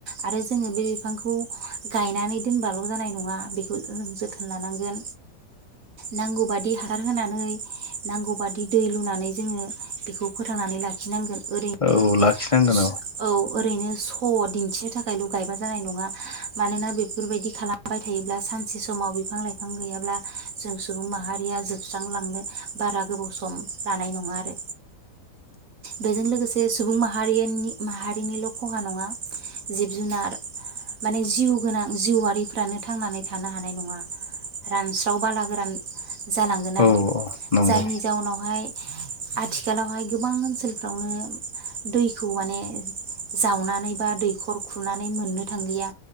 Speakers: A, on the right; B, on the left.
A: आरो जोङो बे बिफांखौ गायनानै दोनबाल' जानाय नङा बेखौ जों जोथोन लानांगोन नांगौबादि हार होनानै नांगौ बादि दै लुनानै जोङो बेखौ फोथांनानै लाखिनांगोन। ओरैनो
B: औ लाखिनांगोन
A: सु औ ओरैनो स' दिन्थिनो थाखायल' गायबा जानाय नङा मानोना बेफोरबायदि खालामबाय थायोब्ला सानसे समाव बिफां लाइफां गैयाब्ला जों सुबुं माहारिया जोबस्रांलांनो बारा गोबाव सम लानाय नङा आरो बेजों लोगोसे सुबुं माहारियानि माहारिनिल' खहा नङा। जिब जुनार माने जिउ गोनां जिउआरिफ्रानो थांनानै थानो हानाय नङा रानस्राव बाला गोरान जालांगोन
B: औ
A: आरो
B: औ नंगौ
A: जायनि जाउनावहाय आथिखालावहाय गोबां ओनसोलफ्रावनो दैखौ माने जावनानै बा दैखर खुनानै मोननो थांलिया